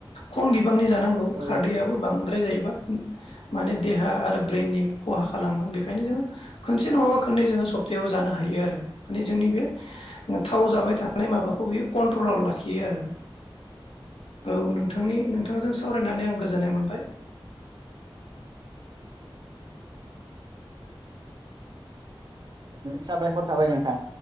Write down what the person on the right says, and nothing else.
औ
साबायखर थाबाय नोंथां